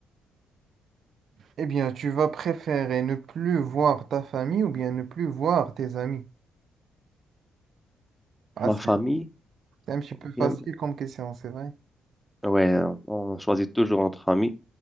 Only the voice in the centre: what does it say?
Ma
famille?
ou
Bien.
Ouais, on choisit toujours notre famille.